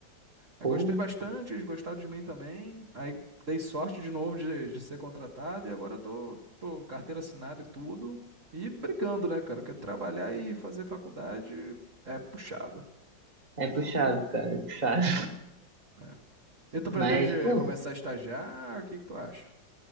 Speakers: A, on the right (about 45°); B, on the right (about 25°).
A: Aí
B: Pô,
A: gostei bastante, eles gostaram de mim também. Aí dei sorte de novo de, de ser contratado e agora tô, tô carteira assinada e tudo. E brigando, né, cara? Quero trabalhar e fazer faculdade é puxado.
B: é puxado, cara, é puxado.
A: É. E tu pretende
B: <laughs> Mas, pô,
A: começar a estagiar? O que que tu acha?